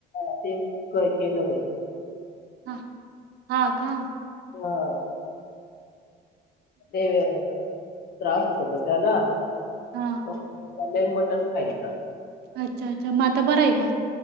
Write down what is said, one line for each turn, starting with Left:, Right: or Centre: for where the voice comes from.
Left: तेचय केलं होय.
Right: ह हा का.
Left: हा. ते त्रास होतोता त्याला.
Right: हा
Left: तो <unintelligible> लई मटण खायचं.
Right: अच्छा अच्छा, मताा बरं आहे क